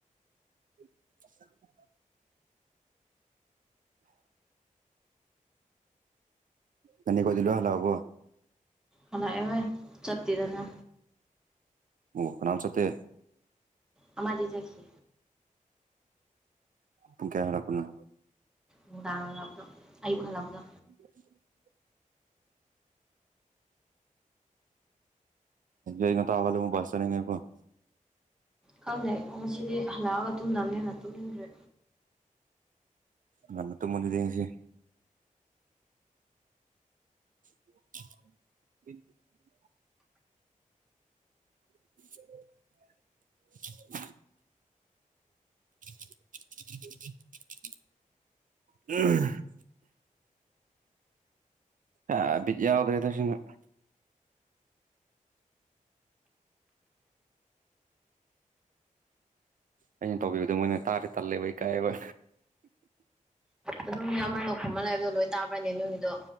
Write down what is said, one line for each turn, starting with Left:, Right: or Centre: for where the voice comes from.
Right: <unintelligible> ꯍꯅꯤ ꯀꯗꯂꯣ ꯍꯜꯂꯣ ꯍꯕꯣ
Centre: ꯍꯣꯏ ꯆꯇꯔꯅ
Right: ꯑꯣ ꯐꯅꯥꯝ ꯆꯇꯦ
Centre: ꯑꯃꯔꯗꯈꯤ
Right: ꯄꯨꯡ ꯀꯌꯥ ꯍꯥꯏꯔꯛꯄꯅꯣ
Centre: ꯅꯨꯡꯗꯥꯡ ꯍꯜꯂꯛꯄꯗꯣ ꯑꯌꯨꯛ ꯍꯜꯂꯛꯄꯗꯣ
Right: ꯎ ꯩꯅ ꯇꯥꯒꯦꯕꯨ ꯄꯁ ꯆꯔꯦꯣ
Centre: ꯈꯪꯅꯦ ꯏꯉ ꯁꯤꯗꯤ ꯍꯜꯂꯛꯑꯒ ꯇꯨꯝꯅꯕꯅꯦ ꯍꯅ ꯇꯨꯡꯟꯗ꯭ꯔꯦ
Right: ꯅꯅ ꯇꯟꯗꯦꯁꯤꯦ <unintelligible> <unintelligible> <unintelligible> ꯎꯝ ꯑ ꯌꯥꯎꯗ꯭ꯔꯣꯗꯁꯤꯅ ꯑꯩꯅ ꯇꯧꯕꯤꯕꯗꯣ ꯃꯣꯏꯅ ꯇꯥꯔꯦ ꯇꯜꯂꯦꯕ ꯑꯩ ꯀꯥꯏꯑꯦꯕ
Centre: ꯑꯗꯨꯝ ꯃꯤ ꯑꯃ ꯂꯈꯃ ꯂꯩꯕꯗꯣ ꯂꯣꯏ ꯇꯥꯕ꯭ꯔꯅꯦ ꯅꯣꯏꯒꯤꯗꯣ